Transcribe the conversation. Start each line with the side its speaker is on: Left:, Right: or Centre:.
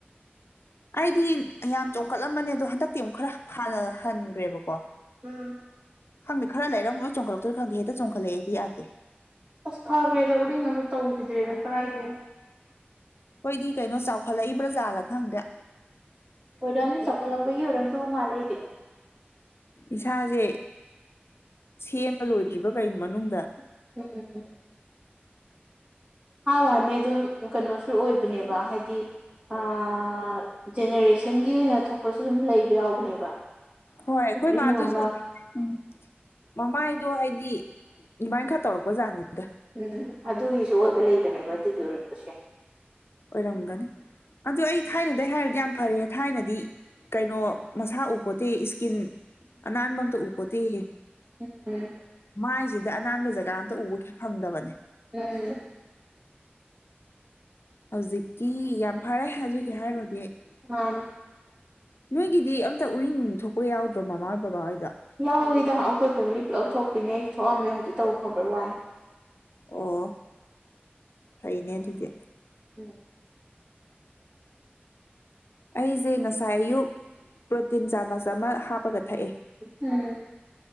Left: ꯑꯩꯗꯤ ꯌꯥꯝ ꯆꯣꯡꯈꯠꯂꯝꯕꯅꯦ ꯑꯗꯣ ꯍꯟꯗꯛꯇꯤ ꯑꯃꯨꯛ ꯈꯔ ꯍꯜ ꯍꯟꯈ꯭ꯔꯦꯕꯀꯣ
Right: ꯎꯝ
Left: ꯈꯪꯗꯦ ꯈꯔ ꯂꯩꯔꯃꯨꯛ ꯂ‌ꯣꯏ ꯆꯣꯡꯈꯠꯂꯛꯇꯣꯏꯔ ꯈꯪꯗꯦ ꯍꯦꯛꯇ ꯆꯣꯡꯈꯠꯂꯛꯑꯦ ꯑꯩꯗꯤ ꯌꯥꯗꯦ
Right: ꯑꯁ ꯐꯈ꯭ꯔꯦꯗ ꯎꯔꯤꯡꯒ ꯑꯝ ꯇꯧꯈꯤꯗ꯭ꯔꯦꯗ ꯀꯔꯥꯏꯗꯩ
Left: ꯑꯩꯈꯣꯏꯗꯤ ꯀꯩꯅꯣ ꯆꯥꯎꯈꯠꯂꯛꯏꯕ꯭ꯔꯥꯖꯥꯠꯂꯥ ꯈꯪꯗ‌ꯦ
Right: ꯑꯣꯏꯔꯝꯅꯤ ꯆꯥꯎꯈꯠꯂꯛꯄꯒꯤ ꯑꯣꯏꯔꯝꯗꯨꯕ ꯃꯥꯜꯂ‌ꯦ ꯑꯩꯗꯤ
Left: ꯏꯁꯥ ꯖꯦ ꯁꯦꯝꯕ ꯂꯣꯏꯗ꯭ꯔꯤꯕ ꯀꯔꯤꯅꯣ ꯃꯅꯨꯡꯗ
Right: ꯎꯝ ꯍꯥ ꯋꯥꯅꯦ ꯑꯗꯨꯝ ꯀꯩꯅꯣꯁꯨ ꯑꯣꯏꯕꯅꯦꯕ ꯍꯥꯏꯗꯤ ꯑꯥ ꯖꯦꯅꯦꯔꯦꯁꯟꯒꯤ ꯑꯣꯏꯅ ꯊꯣꯛꯄꯁꯨ ꯑꯗꯨꯝ ꯂꯩꯕ ꯌꯥꯎꯕꯅꯦꯕ
Left: ꯍꯣꯏ ꯑꯩꯈꯣꯏ
Right: ꯏꯃꯨꯡ
Left: ꯃꯥꯗꯨꯁꯨ
Right: ꯑꯃ
Left: <inaudible> ꯎꯝ ꯃꯃꯥꯏꯗꯣ ꯍꯥꯏꯗꯤ ꯑꯗꯨꯃꯥꯏꯅ ꯈꯔ ꯇꯧꯔꯛꯄꯖꯥꯠꯅꯤꯗ
Right: ꯎꯝ ꯑꯗꯨꯒꯤꯁꯨ ꯑꯣꯏꯕ ꯂꯩꯕꯅꯦꯕ ꯑꯗꯨꯒꯤ ꯑꯣꯏꯔꯝꯕꯁꯨ ꯌꯥꯏ
Left: ꯑꯣꯏꯔꯝꯒꯅꯤ ꯑꯗꯨ ꯑꯩ ꯊꯥꯏꯅꯗꯩ ꯍꯥꯏꯔꯣꯗꯤ ꯌꯥꯝ ꯐꯥꯔꯦꯍꯦ ꯊꯥꯏꯅꯗꯤ ꯀꯩꯅꯣ ꯃꯁꯥ ꯎꯄꯣꯠꯇꯦ ꯏꯁꯀꯤꯟ ꯑꯅꯥꯟꯕ ꯑꯝꯇ ꯎꯄꯣꯠꯇꯦꯌꯦ
Right: ꯎꯝ
Left: ꯃꯥꯏꯖꯤꯗ ꯑꯅꯥꯟꯕ ꯖꯒꯥ ꯑꯝꯇꯥ ꯎꯒꯦ ꯐꯪꯗꯕꯅꯦ
Right: ꯎꯝ
Left: ꯍꯧꯖꯤꯛꯇꯤ ꯌꯥꯝ ꯐꯔꯦ ꯑꯗꯨꯒꯤ ꯍꯥꯏꯔꯨꯔꯗꯤ ꯑꯩ
Right: ꯃꯥꯅꯤ
Left: ꯅꯣꯏꯒꯤꯗꯤ ꯑꯝꯇꯥ ꯎꯔꯤꯡ ꯅꯨꯡ ꯊꯣꯛꯄ ꯌꯥꯎꯗ꯭ꯔꯣ ꯃꯃꯥ ꯍꯣꯏ ꯕꯕꯥ ꯍꯣꯏꯗꯣ
Right: ꯌꯥꯎꯋꯤꯗ ꯑꯩꯈꯣꯏ ꯐꯦꯃꯤꯂꯤ ꯄꯨꯂꯞ ꯊꯣꯛꯄꯤꯅꯦ ꯑꯩ ꯊꯣꯛꯑꯝꯃꯦ ꯍꯧꯖꯤꯛ ꯇꯥꯕꯨ ꯐꯕꯩ ꯋꯥꯅꯤ
Left: ꯑꯣ ꯐꯩꯅꯦ ꯑꯗꯨꯗꯤ
Right: ꯎꯝ
Left: ꯑꯩꯖꯦ ꯉꯁꯥꯏ ꯑꯌꯨꯛ ꯄ꯭ꯔꯣꯇꯤꯟ ꯆꯥꯃꯁ ꯑꯃ ꯍꯥꯞꯄꯒ ꯊꯛꯑꯦ
Right: ꯎꯝ